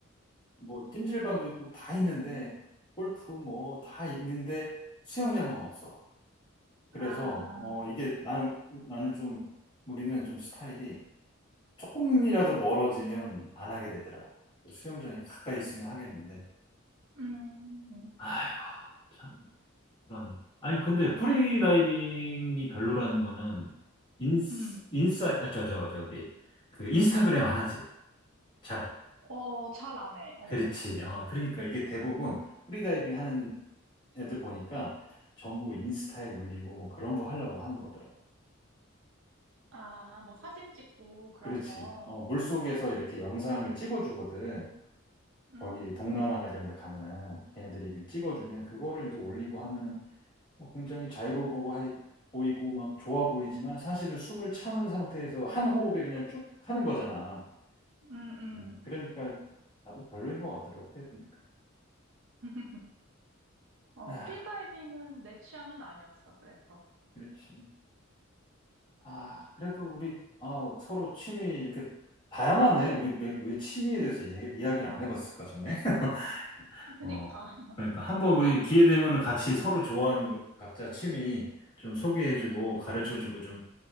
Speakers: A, on the left; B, on the right.
A: 뭐 찜질방도 있고 다 있는데 골프 뭐 다 있는데 수영장만 없어. 그래서
B: 아,
A: 어 이게 나는 나는 좀 우리는 좀 스타일이 조금이라도 멀어지면 안 하게 되더라고. 수영장이 가까이 있으면 하겠는데.
B: 음,
A: 아이고, 참, 불안해. 아니, 근데 프리다이빙이 별로라는 거는, 인스,
B: 음,
A: 인싸, 아, 저, 저, 저기, 그, 인스타그램 안 하지. 잘.
B: 어, 잘 안 해. 어,
A: 그렇지. 어, 그러니까 이게 대부분 프리다이빙 하는 애들 보니까 전부 인스타에 올리고 뭐 그런 거 하려고 하는 거더라고.
B: 아, 뭐 사진 찍고 그런
A: 그렇지.
B: 거.
A: 어, 물속에서 이렇게 영상을 찍어주거든.
B: 음,
A: 거기 동남아나 이런 데 가면은 걔네들이 이렇게 찍어주면 그거를 이제 올리고 하면은 뭐 굉장히 자유로워 보고 하- 보이고 막 좋아 보이지만 사실은 숨을 참은 상태에서 한 호흡에 그냥 쭉 하는 거잖아.
B: 음,
A: 음, 그러니까 나도 별로인 것 같더라고 해보니까.
B: 음. 어,
A: 아,
B: 프리다이빙은 내 취향은 아니었어, 그래서.
A: 그렇지. 아, 그래도 우리 아, 서로 취미 이렇게 다양하네. 우리 왜, 왜 취미에 대해서 얘기- 이야기를 안 해봤을까 전에? <laughs>
B: 그니까.
A: 어,
B: <laughs>
A: 그러니까 한번 우리
B: 나,
A: 기회 되면은 같이 서로 좋아하는 거, 각자 취미 좀 소개해주고
B: 응, 응.
A: 가르쳐주고 좀